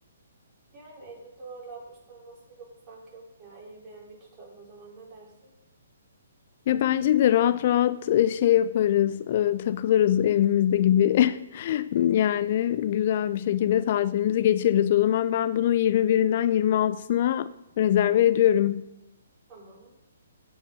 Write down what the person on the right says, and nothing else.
Yani 50 dolarla 60 dolar aslında çok bir fark yok ya. Airbnb tutalım o zaman ne dersin?
Tamam.